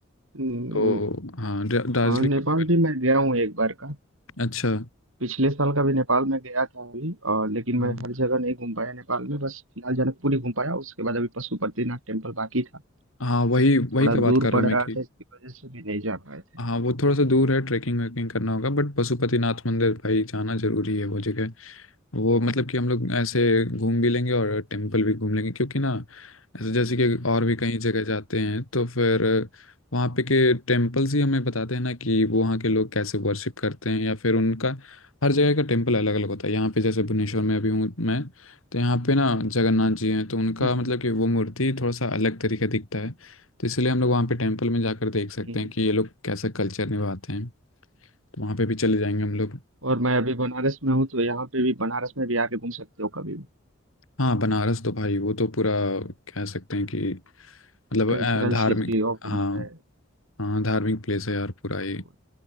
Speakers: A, on the right; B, on the left.
A: हम्म,
B: तो हाँ डा- दार्जिलिंग
A: हाँ नेपाल
B: के बगल
A: भी मैं गया हूँ एक बार का
B: अच्छा
A: पिछले साल का भी नेपाल में गया था अभी और लेकिन
B: हाँ
A: मैं हर जगह नहीं घूम पाया नेपाल में बस फिलहाल जनकपुर ही घूम पाया उसके बाद अभी पशुपतिनाथ टेम्पल बाकी था
B: हाँ वही वही
A: थोड़ा
B: का बात
A: दूर
B: कर रहा
A: पड़
B: हूँ
A: रहा
B: मैं कि
A: था इसकी वजह से भी नहीं जा पाए थे
B: हाँ वो थोड़ा सा दूर है ट्रैकिंग वैकिंग करना होगा बट पशुपतिनाथ मंदिर भाई जाना जरूरी है वो जगह वो मतलब कि हम लोग ऐसे घूम भी लेंगे और टेम्पल भी घूम लेंगे क्योंकि ना ऐसे जैसे कि और भी कई जगह जाते हैं तो फिर वहाँ पे के टेम्पल्स ही हमें बताते हैं ना कि वो वहाँ के लोग कैसे वर्शिप करते हैं या फिर उनका हर जगह का टेम्पल अलग अलग होता है यहाँ पे जैसे भुवनेश्वर में अभी हूँ मैं तो यहाँ पे ना जगन्नाथ जी हैं तो उनका
A: हम्म,
B: मतलब
A: हम्म।
B: कि वो मूर्ति थोड़ा सा अलग तरीके दिखता है तो इसलिए हम लोग वहाँ पे टेम्पल में जाकर देख सकते
A: हम्म।
B: हैं कि ये लोग कैसा कल्चर निभाते हैं तो वहाँ पे भी चले जाएंगे हम लोग
A: और मैं अभी बनारस में हूँ तो यहाँ पे भी बनारस में भी आके घूम सकते हो कभी भी
B: हाँ बनारस तो भाई वो तो पूरा कह सकते हैं कि मतलब
A: कल्चरल
B: अ, धार्मिक
A: सिटी ऑफ
B: हाँ
A: इंडिया है
B: हाँ धार्मिक प्लेस है यार पूरा ये
A: तो